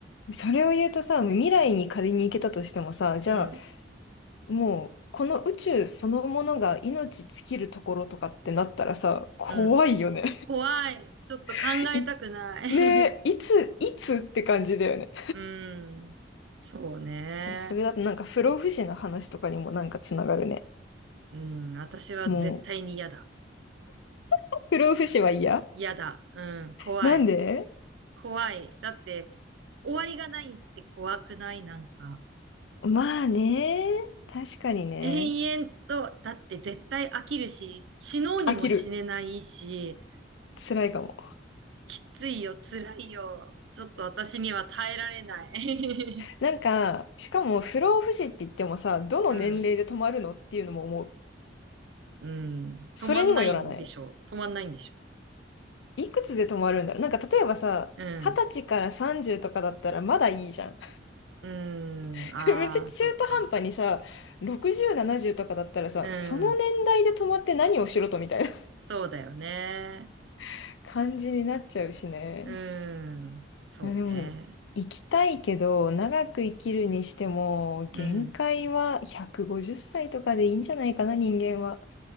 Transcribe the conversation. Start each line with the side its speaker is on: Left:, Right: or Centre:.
Left: それを言うとさ、未来に仮に行けたとしてもさ、じゃあ
Right: <laughs> うん。
Left: もう、この宇宙そのものが命尽きるところとかってなったらさ、怖いよね。
Right: うん。怖い。ちょっと考えたくない。
Left: <laughs> い、ねえ、
Right: <laughs>
Left: いつ、いつって感じだよね。
Right: うん。そうね。
Left: <laughs> それだとなんか不老不死の話とかにもなんかつながるね。
Right: うん。私は絶対に嫌だ。
Left: もう、不老不死は嫌
Right: 嫌だ。うん。怖い。
Left: なんで
Right: 怖い。だって、終わりがないって怖くないなんか。
Left: まあね。確かにね。
Right: 永遠と、だって絶対飽きるし、死のうにも死ねないし、
Left: 飽きる。辛いかも。
Right: きついよ、辛いよ。ちょっと私には耐えられない。
Left: なんか、しかも不老不死って言ってもさ、どの年齢で止まるのっていうのも思う。
Right: <laughs> うん。うん。
Left: それにもよらない
Right: 止まんないんでしょう止まんないんでしょ
Left: いくつで止まるんだろう。なんか例えばさ、
Right: ううん。
Left: 二十歳から30とかだったらまだいいじゃん。
Right: うん。
Left: <laughs>
Right: ああ、
Left: めっちゃ中途半端にさ、
Right: そっか。
Left: 60、70とかだったらさ、
Right: うん。
Left: その年代で止まって何をしろとみたいな
Right: そうだよね。
Left: <laughs> 感じになっちゃうしね。
Right: うん。そうね。
Left: まあでも、生きたいけど、長く生きるにしても、
Right: うん。
Left: 限界は150歳とかでいいんじゃないかな、人間は。